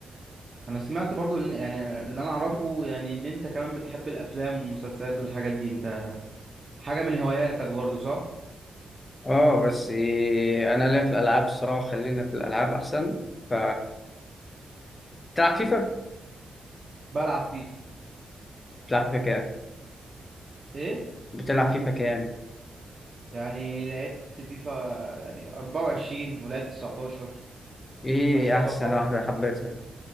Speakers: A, on the right; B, on the left.
A: انا سمعت برضو إن- يعني اللي انا اعرفه يعني اللي انت كمان بتحب الافلام والمسلسلات والحاجات دي انت حاجه من هواياتك برضو صح
B: آه بس إيه، أنا ليا في الألعاب الصراحة خلينا في الألعاب أحسن ف بتلعب فيفا؟
A: بلعب فيفا
B: بتلعب فيفا كام؟
A: ايه
B: بتلعب فيفا كام؟
A: يعني لعبت فيفا يعني 24 ولعبت 19
B: إيه
A: بس أنا
B: أحسن
A: بفضل
B: واحدة حبيتها؟